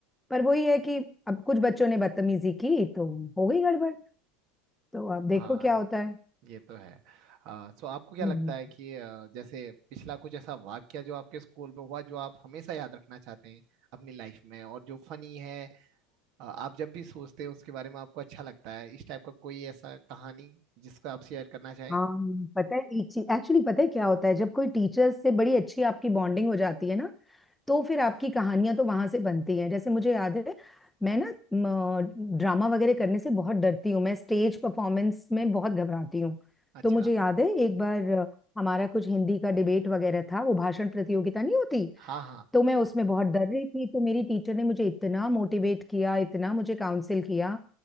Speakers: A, in the centre; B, on the right.
A: पर वही है कि अब कुछ बच्चों ने बदतमीजी की तो हो गई गड़बड़ तो अब देखो
B: हाँ
A: क्या होता है
B: ये तो है आ, सो आपको क्या
A: हम्म
B: लगता है कि अ, जैसे पिछला कुछ ऐसा वाक्या जो आपके स्कूल में हुआ जो आप हमेशा याद रखना चाहते हैं अपनी लाइफ में और जो फनी है अ, आप जब भी सोचते हैं उसके बारे में आपको अच्छा लगता है इस टाइप का कोई ऐसा कहानी जिसको आप शेयर करना चाहें
A: हाँ पता है एक चीज एक्चुअली पता है क्या होता है जब कोई टीचर्स से बड़ी अच्छी आपकी बॉन्डिंग हो जाती है ना तो फिर आपकी कहानियां तो वहां से बनती हैं जैसे मुझे याद है मैं ना म, ड्रामा वगैरह करने से बहुत डरती हूँ मैं स्टेज परफॉर्मेंस में बहुत घबराती हूँ
B: अच्छा
A: तो मुझे याद है एक बार अ, हमारा कुछ हिंदी का डिबेट वगैरह था वो भाषण प्रतियोगिता नहीं होती
B: हाँ हाँ
A: तो मैं उसमें बहुत डर रही थी तो मेरी टीचर ने मुझे इतना मोटिवेट किया इतना मुझे काउंसिल किया